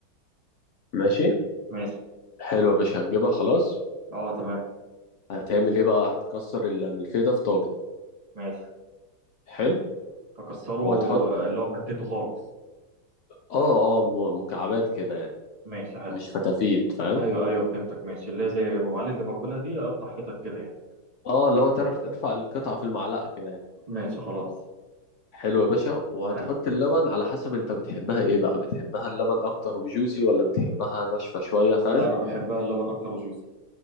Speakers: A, on the left; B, on the right.
A: ماشي
B: ماشي
A: حلو يا باشا هتجيبها خلاص
B: اه تمام
A: هتعمل ايه بقى هتكسر الملفيه ده في طاجن
B: ماشي
A: حلو
B: اكسره
A: وهتحط
B: آه، اللي هو فتته خالص
A: اه اه م- مكعبات كده يعني
B: ماشي حلو
A: مش فتافيت فاهم
B: ايوه ايوه فهمتك ماشي اللي هي زي ام
A: هو
B: علي اللي باكلها دي اقطع حتت كده يعني
A: اه لو تعرف ترفع القطعة في المعلقة كده يعني
B: ماشي خلاص
A: حلو يا باشا وهتحط
B: حلو
A: اللبن على حسب انت بتحبها ايه بقى بتحبها اللبن اكتر وجوسي ولا بتحبها ناشفة شوية فاهم
B: لا انا بحبها اللبن اكتر وجوسي